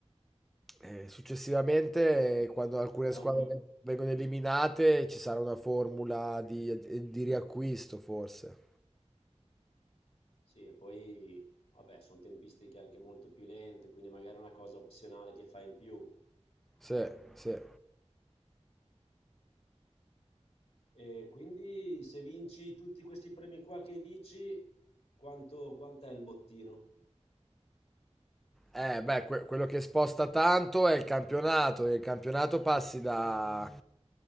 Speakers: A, in the centre; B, on the left.
A: eh, successivamente, eh, quando alcune
B: È
A: squadre
B: un, pro-
A: ve- vengono eliminate, ci sarà una formula di, di riacquisto, forse.
B: Sì, e poi, vabbè, sono tempistiche anche molto più lente, quindi magari è una cosa opzionale che fai in più.
A: Sì, sì.
B: E quindi se vinci tutti questi premi qua che dici, quanto, quant'è il bottino?
A: Eh, beh, que- quello che sposta tanto è il campionato. e Il campionato passi da,